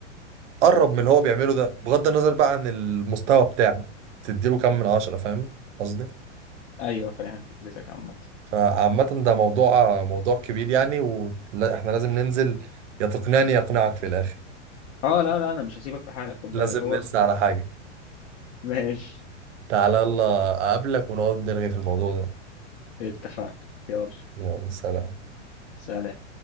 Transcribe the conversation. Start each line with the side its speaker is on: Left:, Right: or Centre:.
Right: قرب من اللي هو بيعمله ده بغض النظر بقى عن المستوى بتاعه تديله كام من عشرة فاهم قصدي
Left: ايوه فاهم فكرتك عامة
Right: فعامة ده موضوع موضوع كبير يعني واحنا لازم ننزل يا تقنعني يا اقنعك في الاخر
Left: اه لا لا انا مش هسيبك في حالك خد
Right: لازم
Left: بالك هو
Right: نرسى على حاجة
Left: ماشي
Right: تعالى يلا اقابلك ونقعد نرغي في الموضوع ده
Left: اتفقنا يلا
Right: يلا سلام
Left: سلام